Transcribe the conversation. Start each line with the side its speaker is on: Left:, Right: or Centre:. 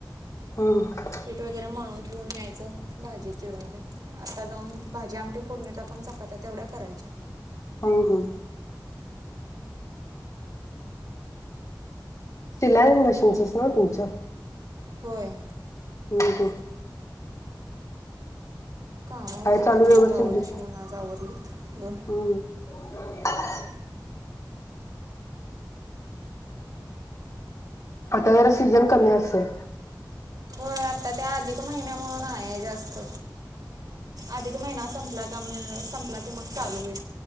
Left: शिलाई
Right: पीठ वगैरे मळून ठेवून यायचं भाजी चिरून तेन, आता जाऊन भाजी आमटी फोडणी टाकून चपात्या तेवढ्या करायच्या.
Left: अं हं सिलाई मशीन्सच ना तुमच्या?
Right: होय
Left: हम्-हम्
Right: कामं होतीत
Left: काय चालू
Right: तेवढी
Left: व्यवस्थित
Right: ब्लाऊजं शिवून आज आवरलीत दोन.
Left: हम्म <inaudible> आता जरा सीझन कमी असल?
Right: होय आता त्या अधिक महिन्या मुळे नाही जास्त, अधिक महिना संपला का मग संपला की मग चालू होईल.